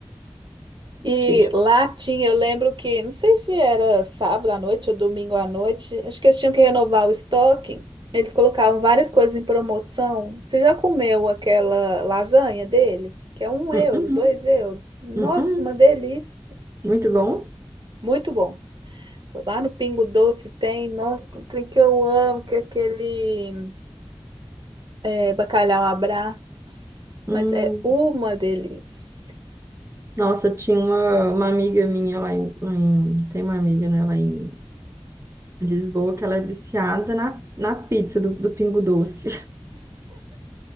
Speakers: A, on the right (about 60°); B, on the right (about 30°).
A: E
B: que?
A: lá tinha, eu lembro que, não sei se era sábado à noite ou domingo à noite, acho que eles tinham que renovar o estoque. Eles colocavam várias coisas em promoção. Você já comeu aquela lasanha deles? Que é um
B: Hum,
A: euro,
B: hum,
A: dois euros. Nossa,
B: hum, hum.
A: uma delícia.
B: Muito bom.
A: Muito bom. Lá no Pingo Doce tem, nossa, tem que eu amo, que é aquele é, bacalhau à Brás.
B: Hum.
A: Mas é uma delícia.
B: Nossa, tinha uma, uma amiga minha lá em, lá em- Tem uma amiga, né, lá em Lisboa, que ela é viciada na, na pizza do, do Pingo Doce. <laughs>